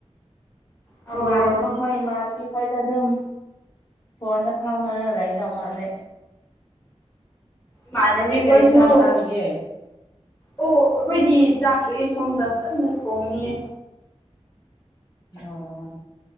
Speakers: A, on the left (about 20°); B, on the left (about 40°).
A: ꯑꯣ
B: ꯏꯃꯥꯅꯕ ꯑꯩꯈꯣꯏ ꯏꯃꯥꯟꯅꯕꯤ ꯈꯣꯏꯗ ꯑꯗꯨꯝ ꯐꯣꯟꯗ ꯐꯥꯎꯅꯔꯒ ꯂꯩꯒꯗꯧ ꯃꯥꯜꯂꯦ
A: ꯃꯅꯕꯤ
B: ꯅꯪꯗꯤ ꯀꯔꯤ
A: ꯀꯣꯏꯁꯨ
B: ꯏꯟꯁꯥꯡ ꯆꯥꯔꯤꯒꯦ
A: ꯑꯣ ꯑꯩꯈꯣꯏꯗꯤ ꯆꯥꯇ꯭ꯔꯤꯌꯦ ꯁꯣꯝꯗ ꯀꯟꯅ ꯊꯣꯡꯉꯌꯦ
B: ꯑꯣ